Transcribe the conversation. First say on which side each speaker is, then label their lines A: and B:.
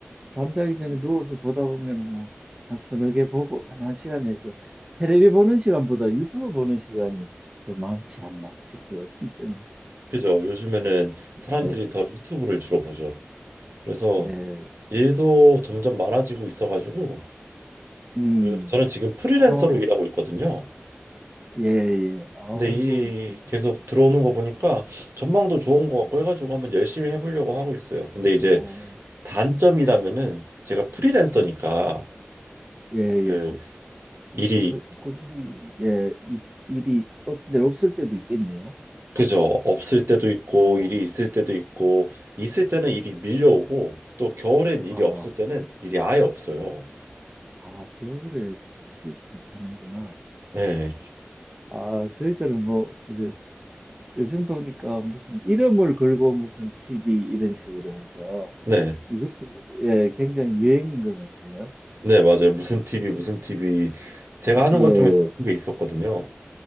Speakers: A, on the right; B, on the right.
A: 잠자기 전에 누워서 보다 보면은 뭐 한 서너 개 보고 한 1시간에서 테레비 보는 시간보다 유튜브 보는 시간이 더 많지 않나 싶어요. 어떤 때는.
B: 그죠? 요즘에는 사람들이
A: 네.
B: 더 유튜브를 주로 보죠. 그래서
A: 네.
B: 일도 점점 많아지고 있어가지고,
A: 음.
B: 그 저는 지금 프리랜서로
A: 어.
B: 일하고 있거든요.
A: 예, 예. 아이고
B: 근데 일이
A: 좀
B: 계속 들어오는 거 보니까 전망도 좋은 것
A: 예.
B: 같고 해가지고 한번 열심히 해보려고 하고 있어요. 근데 이제
A: 뭐
B: 단점이라면은 제가 프리랜서니까
A: 음. 예, 예.
B: 그
A: 꾸,
B: 일이
A: 꾸준, 꾸준히 예, 이, 일이 어떤 데 없을 때도 있겠네요.
B: 그죠. 없을 때도 있고,
A: 어.
B: 일이 있을 때도 있고, 있을 때는 일이 밀려오고, 또 겨울엔 일이
A: 아,
B: 없을 때는 일이 아예 없어요.
A: 아, 겨울에 그 시즌을 타는구나.
B: 네,
A: 아, 저희들은 뭐, 이제 요즘 보니까 무슨 이름을 걸고 무슨 TV 이런 식으로 해서
B: 네,
A: 이것도 예, 굉장히 유행인 것 같아요.
B: 네, 맞아요. 무슨 TV, 무슨 TV. 제가
A: 예,
B: 하는 것 중에 그런 게 있었거든요.